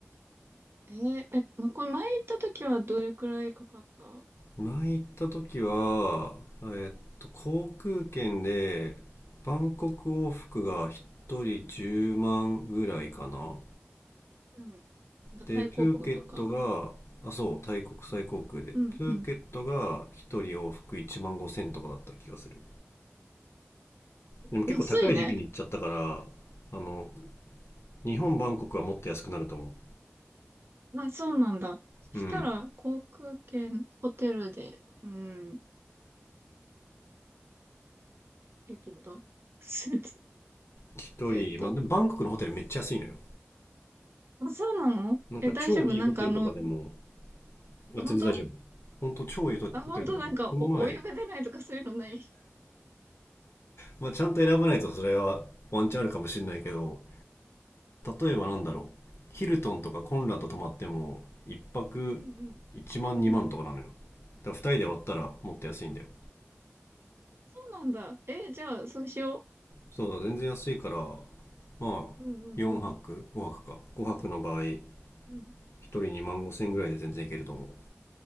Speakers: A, on the right; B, on the left.
A: えー、え、ま、これ前行った時はどれくらいかかった
B: 前行った時は、えっと、航空券でバンコク往復が1人10万ぐらいかな。
A: うん。なんかタイ航空とか。
B: で、プーケットが、あ、そう、タイ国際航空で。
A: うん、
B: プーケットが1人往復1万5千とかだった気がする。
A: うん。
B: でも結構高い時期に行っちゃったから、
A: 安いね。
B: あの、日本、バンコクはもっと安くなると思
A: あ、そうなんだ。そしたら、
B: う。うん。
A: 航空券、ホテルで、うん、えっと、<laughs>
B: 1人、
A: えっと、
B: まあでもバンコクのホテルめっちゃ安いのよ。
A: あ、そうなのえ、
B: なんか超いいホテルとかでも
A: 大丈夫なんかあの、
B: まあ全然大丈夫。
A: 本当
B: 本当超いいホテルとかも、
A: あ、本当なんかお、
B: この前、
A: お湯が出ないとかそういうのない
B: まあ、ちゃんと選ばないとそれはワンチャンあるかもしれないけど、例えばなんだろう、ヒルトンとかコンラッド泊まっても、一泊1万2万とかなのよ。
A: うんうん、うん。
B: だから2人で割ったらもっと安いんだよ。
A: そうなんだ。え、じゃあ、そうしよ
B: そうだ、全然安いから、まあ、
A: う。うんうんうん。
B: 4泊、5泊か。5泊の場合、1人2万5千円ぐらいで全然いけると思う。
A: うん。